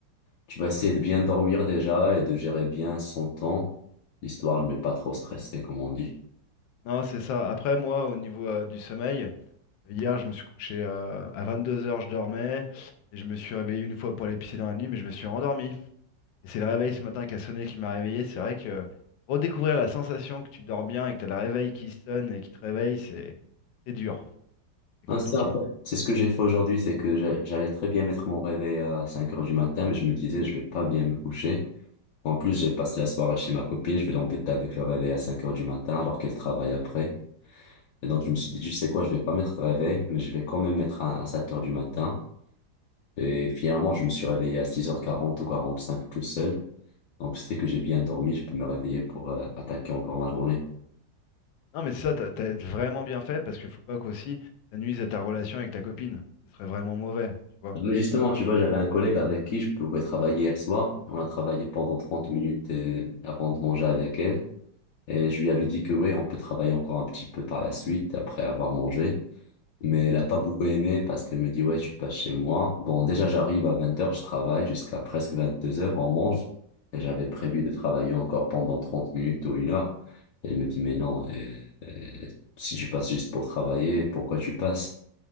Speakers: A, on the left; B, on the left.
A: Tu vas essayer de bien dormir déjà et de gérer bien son temps, histoire de ne pas trop stresser, comme on dit.
B: Non, c'est ça. Après, moi, au niveau euh, du sommeil, hier, je me suis couché euh, à 22h, je dormais, et je me suis réveillé une fois pour aller pisser dans la nuit, mais je me suis endormi. Et c'est le réveil ce matin qui a sonné qui m'a réveillé. C'est vrai que redécouvrir la sensation que tu dors bien et que tu as le réveil qui sonne et qui te réveille, c'est c'est dur, c'est compliqué.
A: Hein, c'est en fait- c'est ce que j'ai fait aujourd'hui, c'est que j'a- j'allais très bien mettre mon réveil à 5 heures du matin, mais je me disais, je vais pas bien me coucher. En plus, j'ai passé la soirée chez ma copine, je vais l'embêter avec le réveil à 5 heures du matin alors qu'elle travaille après. Et donc, je me suis dit, tu sais quoi, je vais pas mettre de réveil, mais je vais quand même mettre un à 7 heures du matin. Et finalement, je me suis réveillé à six heures quarante ou 45 tout seul. Donc, c'est que j'ai bien dormi, je peux me réveiller pour euh, attaquer encore ma journée.
B: Non, mais ça, t'as, t'as vraiment bien fait parce qu'il faut pas qu'aussi ça nuise à ta relation avec ta copine. Ce serait vraiment mauvais, tu vois.
A: Mais justement, tu vois, j'avais un collègue avec qui je pouvais travailler hier soir. On a travaillé pendant 30 minutes euh, avant de manger avec elle. Et je lui avais dit que oui, on peut travailler encore un petit peu par la suite après avoir mangé. Mais elle a pas beaucoup aimé parce qu'elle me dit, ouais, tu passes chez moi. Bon, déjà, j'arrive à vingt heures je travaille jusqu'à presque vingt-deux heures on mange. Et j'avais prévu de travailler encore pendant 30 minutes ou une heure. Elle me dit, mais non, euh, euh, si tu passes juste pour travailler, pourquoi tu passes?